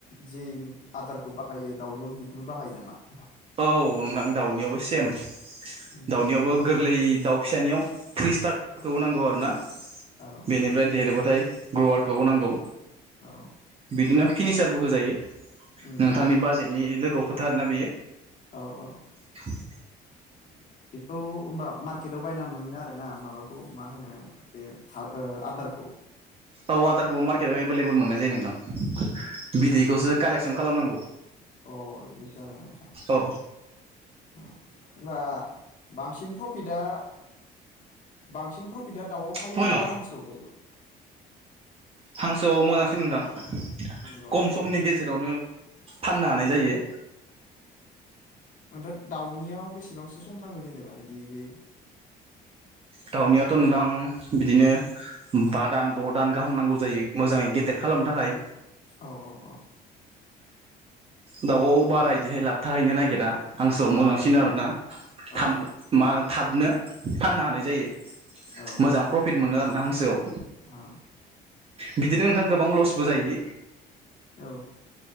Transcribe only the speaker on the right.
औ नोंथां दाउनियावबो सेम
दाउनियावबो
गोरलै दाउ फिसानियाव थ्रि स्टारारखौ नांगौ आरो ना
बेनिफ्राय देरबथाय ग्रवारखौांगौ
बिदिनो फिनिसारबो होजायो
नोंथांनि
बाजेट नि लोगोआव खोथा आर ना बेयो
<inaudible>
औ आदारखौ मार्केटाव एभेलेबल मोननाय जायो नोंथां बिदैखौसो कालेकसन खालामनांगौ
औ
फैर'
हांसोआव मोनसिै नोंदां खम
समनि गेजेराव गेजेरावनो फाननो हानाय जायो
दाउनियाथ' नोंथां बिदिनो बा दान द' दान गाहाम नांगौ जायो मोजाङै गेदेर खालामनो थाखाय
दाउआव बारा
बिदिहाय लाब थाहैनो नागिरा हांसोआव
मोजांसिन
आरोना
थ
मा होनो थाबनो फाननो
हानाय जायो
मोजां प्रफिट मोनो आरोना हांसोआव
बिदिनो नोंथां गोबां
लसबो जायोलै